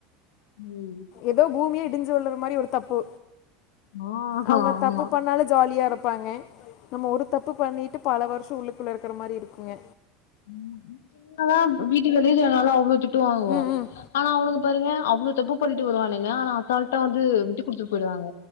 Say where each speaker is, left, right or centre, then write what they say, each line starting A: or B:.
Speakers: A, on the left; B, on the left.
A: ம்
B: எதோ பூமியே இடிஞ்சு விழுற மாரி ஒரு தப்பு
A: ஆ
B: அவங்க
A: ஆமா
B: தப்பு பண்ணாலு ஜாலியா இரு ப்பாங்க நம்ம ஒரு தப்பு பண்ணீட்டு பல வருஷோ உள்ளுக்குள்ள இருக்கற மாரி இருக்குங்க
A: <inaudible> என்னதா வீட்டுக்கு <unintelligible> அவ்ளோ திட்டு வாங்குவோ
B: ம் ம்
A: அனா அவுணுங்க பாருங்க அவ்ளோ தப்பு பண்ணிட்டு வருவானுங்க அனா அசால்ட்டா வந்து விட்டு குடுத்துட் போயிடுவாங்க